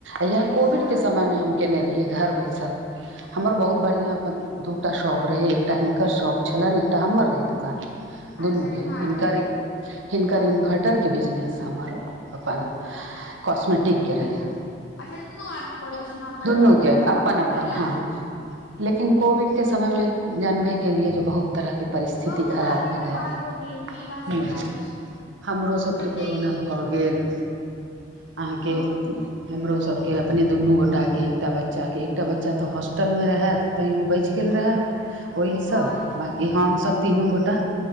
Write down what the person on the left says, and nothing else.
अच्छा
हँ
अच्छा
आदमी
के
अच्छा दुनू आदमी करै छलहुँ अपन
अपन सब
बढ़िया
छले
बहुत
आदमी बर्बाद
भऽ गेलै ओहिमे ई बात सच्चाइ छै
कते
के की
ओ
हँ